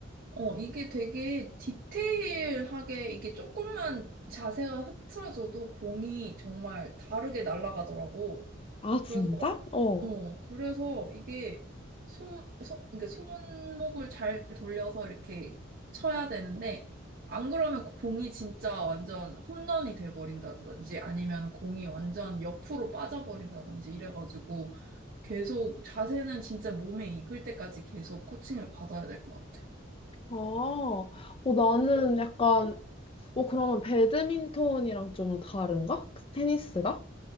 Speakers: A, on the right (about 50°); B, on the left (about 30°).
A: 어, 이게 되게 디테일하게 이게 조금만 자세가 흐트러져도 공이 정말 다르게 날아가더라고.
B: 아,
A: 그래서
B: 진짜? 어.
A: 어, 그래서 이게 손, 손, 그러니까 손목을 잘 돌려서 이렇게 쳐야 되는데, 안 그러면 공이 진짜 완전 홈런이 돼버린다든지 아니면 공이 완전 옆으로 빠져버린다든지 이래가지고 계속 자세는 진짜 몸에 익을 때까지 계속 코칭을 받아야 될 것 같아.
B: 아, 어, 나는 약간, 어, 그러면 배드민턴이랑 좀 다른가? 그 테니스가?